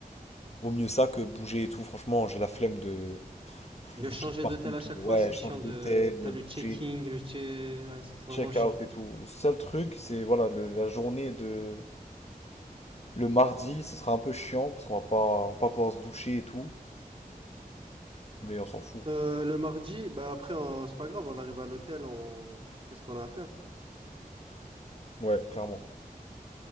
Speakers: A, on the left; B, on the right.
A: Vaut mieux ça que bouger et tout. Franchement, j'ai la flemme de
B: De
A: de bouger
B: changer
A: de partout
B: d'hôtel
A: et
B: à
A: tout.
B: chaque
A: Ouais,
B: fois, c'est
A: changer
B: chiant
A: d'hôtel,
B: de... T'as le checking,
A: bouger,
B: le che... Ouais, c'est vraiment
A: check-out
B: chiant.
A: et tout. Le seul truc, c'est, voilà, le- la journée de... Le mardi, ça sera un peu chiant parce qu'on va pas, pas pouvoir se doucher et tout. Mais on s'en fout.
B: Euh, le mardi, bah après, on- c'est pas grave, on arrive à l'hôtel, on fait ce qu'on a à faire.
A: Ouais, clairement.